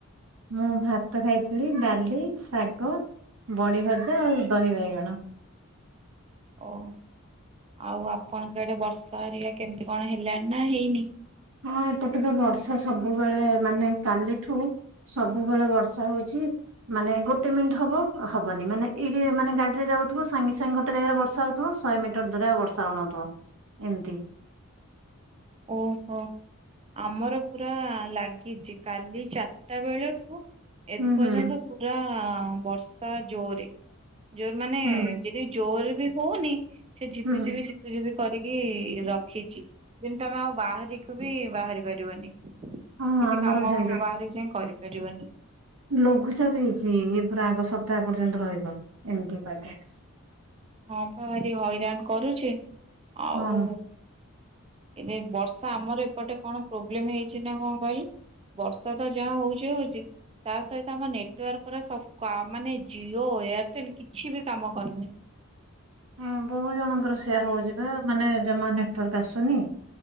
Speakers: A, on the right; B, on the right.
A: ମୁଁ ଭାତ ଖାଇଥିଲି। ଡାଲି, ଶାଗ, ବଢ଼ି ଭଜା, ଆଉ ଦହି ବାଇଗଣ।
B: ଓୋ ଆଉ ଆପଣଙ୍କ ଆଡେ ବର୍ଷା ହେରିଆ କେମିତି କଣ ହେଲାଣି ନା ହେଇନି?
A: ହଁ ଏପଟେ ତ ବର୍ଷା ସବୁବେଳେ ମାନେ କାଲିଠୁ ସବୁବେଳେ ବର୍ଷା ହଉଛି। ମାନେ ଗୋଟେ ମିନିଟ ହବ ହବନି ମାନେ ଏଇଠି ମାନେ ଗାଡିରେ ଯାଉଥିବ ସାଙ୍ଗେ ସାଙ୍ଗେ ଗୋଟେ ଜାଗାରେ ବର୍ଷା ହଉଥ ଶହେ ମିଟର ଦୂରେ ବର୍ଷା ହଉନଥିବ ଏମିତି।
B: ଓହୋ। ଆମର ପୁରା ଲାଗିଛି କାଲି ଚାରିଟା ବେଳଠୁ ଏ
A: ହୁଁ
B: ପର୍ଯ୍ୟନ୍ତ
A: ହୁଁ
B: ପୁରା ବର୍ଷା ଜୋରେ ଜୋରେ ମାନେ
A: ହୁଁ
B: ଯ ଜୋର ବି ହଉନି ସେ ଝିପି
A: ହୁଁ।
B: ଝିପି ଝିପିଝିପି କରିକି ରଖିଛି। ଯିମିତି ତମେ ଆଉ ବାହାରିକୁୁ ବି ବାହାରି ପାରିବନି। କିଛି
A: ହଁ ଆମର
B: କାମ
A: ବି ସେମିତି
B: ଫାମ ବାହାରିକି ଯାଇ କରିପାରିବନି।
A: ଲଘୁଚାପ ହେଇଛି ଇଏ ପୁରା ଆଗ ସପ୍ତାହ ପର୍ଯ୍ୟନ୍ତ ରହିବ ଏମିତି ପାଗ।
B: ହଁ ବା ଭାରି ହଇରାଣ କରୁଛି ଆଉ
A: ହଁ ହଁ।
B: ଏବେ ବର୍ଷା ଆମର ଏପଟେ କଣ ପ୍ରୋବ୍ଲେମ ହେଇଛି ନା କଣ ପାଇଁ? ବର୍ଷା ତ ଯାହା ହଉଛି ହଉଛି ତା ସହିତ ଆମ ନେଟୱାର୍କ ପୁରା ସବ ପା ମାନେ ଜିଓ ଏୟାରଟେଲ କିଛି ବି କାମ କରୁନି।
A: ହଁ ବହୁ ଜଣଙ୍କର ସେୟା ହଉଛି ବା ମାନେ ଜମା ନେଟୱର୍କ ଆସୁ ଶୁନି